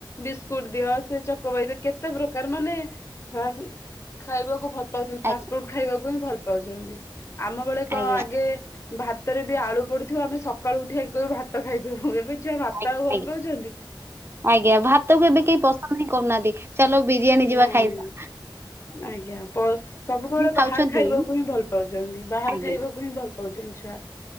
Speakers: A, on the left; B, on the right.
A: ବିସ୍କୁଟ୍ ଦିଅ ସେ ଚକବାଇ ରେ କେତେ ପ୍ରକାର ମାନେ ଖାସ୍ ଖାଇବାକୁ ଭଲ ପାଉଚନ୍ତି, ଫାଷ୍ଟ
B: ଆଜ୍ଞା
A: ଫୁଡ୍ ଖାଇବାକୁ ହିଁ ଭଲ ପାଉଚନ୍ତି ଆମ ବେଳେ କଣ
B: ଆଜ୍ଞା
A: ଆଗେ ଭାତରେ ବି ଆଳୁ ପଡିଥିବ ଆମେ ସକାଳୁ ଉଠିବା ଆଗେ କହିବୁ ଭାତ ଖାଇଦିଅ, ଏବେ ଛୁଆ ଭାତ
B: ଆଗ
A: ଆଉ ଭଲ
B: ଆଜ୍ଞା,
A: ପାଉଛନ୍ତି।
B: ଆଜ୍ଞା, ଭାତ କୁ ଏବେ କେହି ପସନ୍ଦ ହିଁ କରୁନାହାନ୍ତି। ଚାଲ ବିରିୟାନୀ ଯିବା
A: ନାଇଁ
B: ଖାଇବା।
A: ନାଇଁ ଆଜ୍ଞା ପ- ସବୁବେଳେ
B: ଖାଉଛନ୍ତି
A: ବାହାର ଖାଇବାକୁ ହିଁ ଭଲ ପାଉଚନ୍ତି। ବାହାର
B: ଆଜ୍ଞା।
A: ଖାଇବାକୁ ହିଁ ଭଲ ପାଉଚନ୍ତି ଛୁଆ।